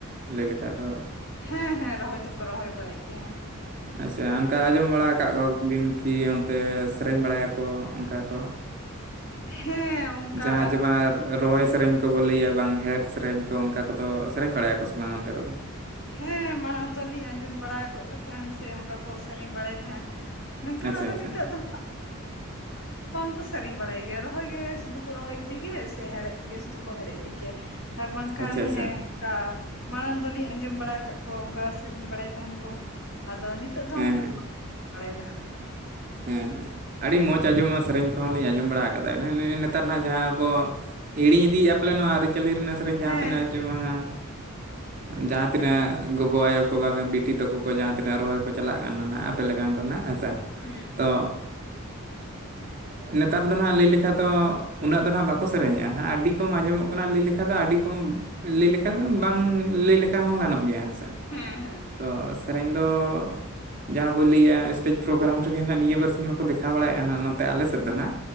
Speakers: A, on the right; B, on the left.
A: ᱞᱟᱹᱭ ᱞᱮᱠᱷᱟᱡ ᱫᱚ
B: ᱦᱮᱸ ᱦᱮᱸ ᱨᱚᱦᱚᱭ ᱫᱚᱠᱚ ᱨᱚᱦᱚᱭ ᱵᱟᱲᱟᱭᱮᱫ ᱜᱮᱭᱟ ᱦᱟᱸᱜ᱾
A: ᱟᱪᱷᱟ ᱚᱱᱠᱟ ᱟᱸᱡᱚᱢ ᱵᱟᱲᱟ ᱟᱠᱟᱫ ᱠᱚ ᱵᱤᱱ ᱠᱤ ᱚᱱᱛᱮ ᱥᱮᱨᱮᱧ ᱵᱟᱲᱟᱭᱟᱠᱚ ᱚᱱᱠᱟ ᱠᱚ᱾
B: ᱦᱮᱸ ᱚᱱᱠᱟ
A: ᱡᱟᱦᱟᱸ ᱡᱮ ᱵᱟᱝ ᱨᱚᱦᱚᱭ ᱥᱮᱨᱮᱧ ᱠᱚ ᱵᱚᱞᱮ ᱞᱟᱹᱭᱟ ᱵᱟᱝ ᱦᱮᱲᱦᱮᱫ ᱥᱮᱨᱮᱧ ᱠᱚ ᱚᱱᱠᱟ ᱠᱚᱫᱚ ᱥᱮᱨᱮᱧ ᱵᱟᱲᱟᱭᱟᱠᱚ ᱥᱮ ᱵᱟᱝᱟ ᱚᱱᱛᱮ ᱠᱚᱫᱚ?
B: ᱦᱮᱸ ᱢᱟᱲᱟᱝ ᱫᱚᱞᱤᱧ ᱟᱸᱡᱚᱢ ᱵᱟᱲᱟ ᱟᱠᱟᱜ ᱛᱟᱦᱮᱱ ᱥᱮ ᱚᱱᱠᱟ ᱠᱚ ᱥᱮᱨᱮᱧ ᱵᱟᱲᱟᱭᱮᱫ ᱛᱟᱦᱮᱱ᱾ ᱢᱮᱱᱠᱷᱟᱱ
A: ᱟᱪᱪᱷᱟ
B: ᱟᱫᱚ
A: ᱟᱪᱪᱷᱟ
B: ᱱᱤᱛᱚᱜ ᱫᱚ ᱵᱟᱝᱠᱚ ᱥᱮᱨᱮᱤᱧ ᱵᱟᱲᱟᱭ ᱜᱮᱭᱟ ᱨᱚᱦᱚᱭ ᱜᱮ ᱥᱩᱫᱩ ᱨᱚᱦᱚᱭ ᱤᱫᱤᱜ ᱜᱮ ᱥᱮ ᱦᱮᱲᱦᱮᱫ ᱜᱮ ᱥᱩᱫᱩ ᱠᱚ ᱦᱮᱲᱮᱡ ᱤᱫᱤᱜ ᱜᱮᱭᱟ᱾ ᱟᱨ ᱵᱟᱝᱠᱷᱟᱱ
A: ᱟᱪᱪᱷᱟ ᱟᱪᱪᱷᱟ
B: ᱦᱮᱸ ᱚᱱᱠᱟ ᱢᱟᱲᱟᱝ ᱫᱚᱞᱤᱧ ᱟᱸᱡᱚᱢ ᱡᱚᱢ ᱵᱟᱲᱟ ᱟᱠᱟᱫ ᱠᱚᱣᱟ ᱚᱱᱠᱟ ᱥᱮᱨᱮᱧ ᱵᱟᱲᱟᱭ ᱛᱟᱦᱮᱱ ᱠᱚ ᱟᱫᱚ ᱱᱤᱛᱚᱜ ᱫᱚ
A: ᱦᱮᱸ
B: ᱚᱱᱠᱟ
A: ᱦᱮᱸ
B: <inaudible> ᱵᱟᱲᱟᱭᱟ ᱦᱟᱸᱜ᱾
A: ᱦᱮᱸ ᱟᱹᱰᱤ ᱢᱚᱡᱽ ᱟᱸᱡᱚᱢᱼᱟ ᱥᱮᱨᱮᱧ ᱠᱚᱦᱚᱸ ᱞᱤᱧ ᱟᱸᱡᱚᱢ ᱵᱟᱲᱟ ᱠᱟᱫᱟ ᱱᱮᱛᱟᱨ ᱦᱟᱜ ᱡᱟᱦᱟᱸ ᱟᱵᱚ ᱦᱤᱲᱤᱧ ᱤᱫᱤᱭᱮᱫᱼᱟ ᱯᱟᱞᱮ ᱱᱚᱣᱟ ᱟᱹᱨᱤᱪᱟᱹᱞᱤ ᱨᱮᱱᱟᱜ ᱥᱮᱨᱮᱧ ᱡᱟᱦᱟᱸ
B: ᱦᱟᱸᱜ ᱦᱮᱸ
A: ᱛᱤᱱᱟᱹᱜ ᱡᱮ ᱵᱟᱝᱟ
B: <unintelligible>
A: ᱡᱟᱦᱟᱸ ᱛᱤᱱᱟᱹᱜ ᱜᱚᱜᱚ ᱟᱭᱳ ᱠᱚ ᱵᱟᱝᱠᱷᱟᱱ ᱵᱤᱴᱤ ᱛᱟᱠᱚ ᱠᱚ ᱡᱟᱦᱟᱸ ᱛᱤᱱᱟᱹᱜ ᱨᱚᱦᱚᱭ ᱠᱚ ᱪᱟᱞᱟᱜ ᱠᱟᱱᱟ ᱱᱟᱜ ᱛᱟᱦᱚᱞᱮ ᱠᱷᱟᱱ ᱫᱚ ᱦᱟᱜ ᱦᱮᱸ ᱥᱮ-
B: ᱦᱮᱸ ᱦᱩᱸ
A: ᱛᱚ ᱱᱮᱛᱟᱨ ᱫᱚ ᱱᱟᱦᱜ ᱞᱟᱹᱭ ᱞᱮᱠᱷᱟ ᱫᱚ ᱩᱱᱟᱹᱜ ᱫᱚ ᱟᱸᱜ ᱵᱟᱠᱚ ᱥᱮᱨᱮᱧᱮᱜᱼᱟᱜ ᱟᱹᱰᱤ ᱠᱚᱢ ᱟᱸᱡᱚᱢᱚᱜ ᱠᱟᱱᱟ ᱞᱟᱹᱭ ᱞᱮᱠᱷᱷᱟ ᱫᱚ ᱟᱹᱰᱤ ᱥᱮᱨᱚᱠᱚᱢ ᱞᱟᱹᱭ ᱞᱮᱠᱷᱟ ᱫᱚ ᱵᱟᱝ ᱞᱟᱹᱭ ᱞᱮᱠᱷᱟ ᱦᱚᱸ ᱜᱟᱱᱚᱜ ᱜᱮᱭᱟ ᱦᱮᱸ ᱥᱮ-
B: ᱦᱮᱸ ᱦᱮᱸ
A: ᱛᱚ ᱥᱮᱨᱮᱧ ᱫᱚ ᱡᱟᱦᱟᱸ ᱵᱚᱱ ᱞᱟᱹᱭᱟ ᱥᱴᱮᱡᱽ ᱯᱨᱳᱜᱨᱟᱢ ᱨᱮᱜᱮ ᱱᱟᱜ ᱱᱤᱭᱟᱹ ᱵᱟᱨᱥᱤᱧ ᱢᱟᱠᱚ ᱫᱮᱠᱷᱟᱣ ᱵᱟᱲᱟᱭᱮᱫᱼᱟ ᱱᱚᱛᱮ ᱟᱞᱮ ᱥᱮᱫ ᱫᱚ ᱱᱟᱜ᱾